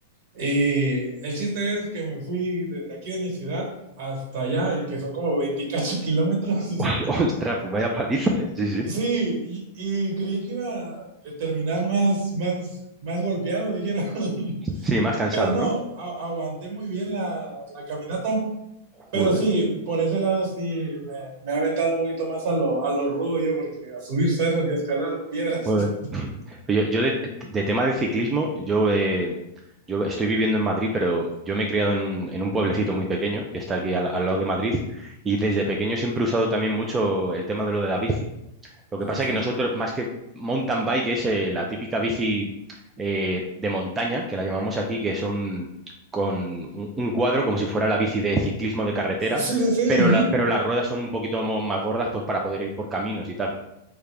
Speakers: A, on the right (about 55°); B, on the right (about 15°).
A: Y el chiste es que me fui desde aquí de mi ciudad hasta allá, y que son como 28 kilómetros. <laughs>
B: <laughs> Ostras, vaya paliza, ¿eh? Sí, sí.
A: Sí, y, y creí que iba a terminar más, más, más golpeado, dijera. <laughs>
B: Sí, más cansado,
A: Pero no,
B: ¿no?
A: a- aguanté muy bien la, la caminata. Pero
B: Joder.
A: sí, por ese lado sí me, me ha aventado un poquito más a lo, a lo rudo yo, porque a subir cerros y a escalar piedras.
B: Joder.
A: <laughs>
B: Pero Yo, yo de, de tema de ciclismo, yo, eh, yo estoy viviendo en Madrid, pero yo me he criado en un, en un pueblecito muy pequeño que está aquí al, al lado de Madrid y desde pequeño siempre he usado también mucho el tema de lo de la bici. Lo
A: Ah,
B: que pasa
A: Ok.
B: es que nosotros, más que mountain bike, es eh, la típica bici eh, de montaña, que la llamamos aquí, que son con un, un cuadro como si fuera la bici de ciclismo de carretera,
A: Sí, sí, sí.
B: pero,
A: ujú.
B: la- pero las ruedas son un poquito mo- más gordas pues para poder ir por caminos y tal.